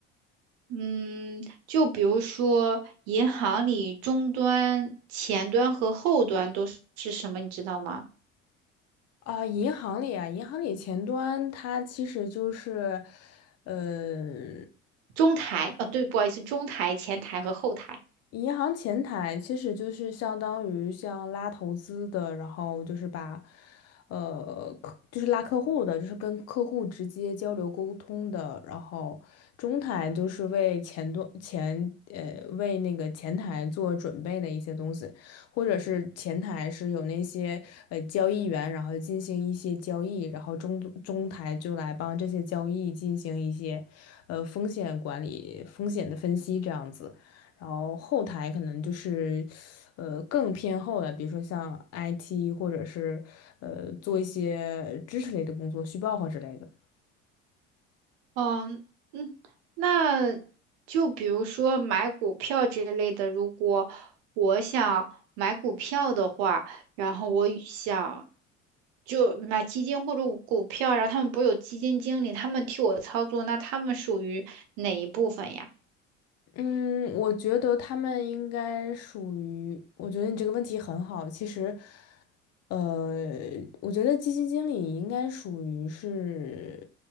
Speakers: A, on the right; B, on the left.
A: 嗯，就比如说银行里终端、前端和后端都是是什么，你知道吗？
B: 啊，银行里啊，银行里前端它其实就是，呃，
A: 中台，哦，对，不好意思，中台、前台和后台。
B: 银行前台其实就是相当于像拉投资的，然后就是把，呃，客就是拉客户的，就是跟客户直接交流沟通的。然后中台就是为前端前呃为那个前台做准备的一些东西，或者是前台是有那些呃交易员，然后进行一些交易，然后中中台就来帮这些交易进行一些呃风险管理、风险的分析这样子。然后后台可能就是，呃，更偏后的，比如说像 IT 或者是呃做一些知识类的工作，虚报和之类的。
A: 嗯嗯，那就比如说买股票这类的，如果我想买股票的话，然后我想就买基金或者股票，然后他们不是有基金经理，他们替我操作，那他们属于哪一部分呀？
B: 嗯，我觉得他们应该属于，我觉得你这个问题很好。其实，呃，我觉得基金经理应该属于是